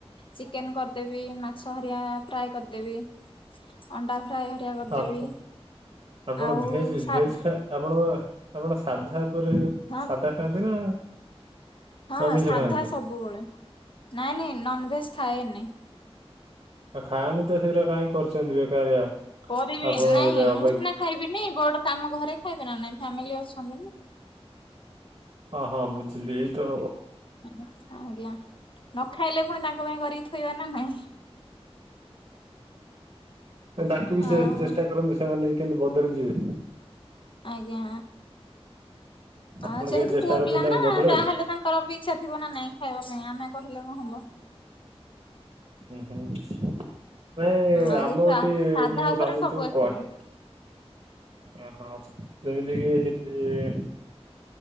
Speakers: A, on the left; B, on the right.
A: ଚିକେନ୍ କରିଦେବି, ମାଛ ହରିଆ ଫ୍ରାଏ କରିଦେବି ଅଣ୍ଡା ଫ୍ରାଏ ହରିଆ କରିଦେବି।
B: ଆପ ଆପଣ
A: ଆଉ
B: ଭେଜ
A: ସାଧା
B: ଭେଜ ଖା ଆପଣ ଆପଣ ସାଧା ଉପରେ
A: ହଁ
B: ସାଧା ଖାଆନ୍ତି ନା
A: ହଁ
B: ଆମିଷ
A: ସାଧା
B: ଖାଆନ୍ତି?
A: ସବୁବେଳେ। ନାଇଁ ନାଇଁ ନନଭେଜ୍ ଖାଏନି।
B: ଆଉ ଖାଆନି ତ ସେଟା କାଇହିଁ କରିଛନ୍ତି ବେକାରିଆ।
A: କରିବି
B: ଆପଣ
A: ନାଇଁ
B: ବେକାର
A: ମୁଁ
B: ଅବାଗି
A: ସିନା ଖାଇବିନି ବଡ କାମ ଘରେ ଖାଇବି ନା ନାଇଁ ଫ୍ୟାମିଲି ଅଛନ୍ତି ନା।
B: ହ ହଁ ବୁଝିଲି ଏଇ ତ
A: ଆ ଆଜ୍ଞା। ନ ଖାଇଲେ ପୁଣି ତାଙ୍କ ପାଇଁ କରିକି ଥୋଇବା ନା ନାଇଁ।
B: ହୁଁ ତାଙ୍କୁ ବି
A: ଆଉ
B: ଚେଷ୍ଟା କରନ୍ତୁ ସେମାନେ କେମିତି ବଦଳିଯିବେ।
A: ଆଜ୍ଞା।
B: ଆପଣ
A: ଆ ଯେହେତୁ
B: କେବେ ଚେଷ୍ଟା
A: ପୁଅ
B: କରିଛନ୍ତି
A: ପିଲା
B: ତାଙ୍କୁ
A: ନା
B: ବଦଳେଇବାକୁ
A: ଯାହେଲେ ତାଙ୍କର ବି ଇଚ୍ଛା ଥିବ ନାଇଁ ଖାଇବା ପାଇଁ, ଆମେ କହିଲେ କଣ ହବ।
B: ହୁଁ, ହୁଁ। ନାଇଁ
A: ଆଉ
B: ଆମ
A: ସା
B: ଏଠି
A: ସାଧା
B: ମୁଁ
A: ଉପରେ
B: ସମସ୍ତଙ୍କୁ
A: ସବୁ ଆସିବ
B: କହେ ଓହୋ ଯେମିତି କିି